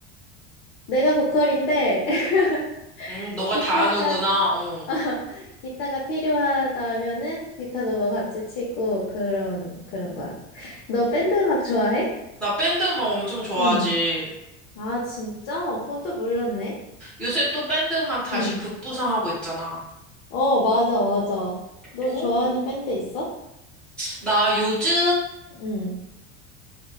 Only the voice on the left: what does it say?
내가 보컬인데 <laughs>
기타가
<laughs> 기타가 필요하다면은 기타도 뭐 같이 치고 그런 그런 거야. 너 밴드 음악 좋아해?
응. 아, 진짜? 어, 그건 또 몰랐네.
응.
어, 맞아, 맞아. 너
좋아하는 밴드 있어?
응.